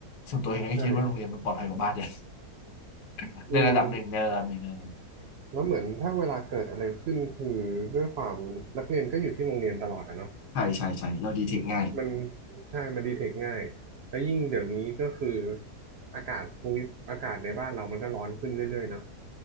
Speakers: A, on the left (about 85°); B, on the right (about 65°).
A: ส่วนตัวยังไงคิดว่าโรงเรียนมันปลอดภัยกว่าบ้านเลย
B: ใช่
A: <laughs>
B: อืม
A: ในระดับหนึ่งในระดับหนึ่งในระดับหนึ่ง
B: แล้วเหมือนถ้าเวลาเกิดอะไรขึ้นคือด้วยความนักเรียนก็อยู่ที่โรงเรียนตลอดอะเนาะ
A: ใช่ใช่ใช่เราดีเทคง่าย
B: มันใช่ มันดีเทคง่าย แล้วยิ่งเดี๋ยวนี้ก็คืออากาศภูมิอากาศในบ้านเรามันก็ร้อนขึ้นเรื่อยๆเนาะ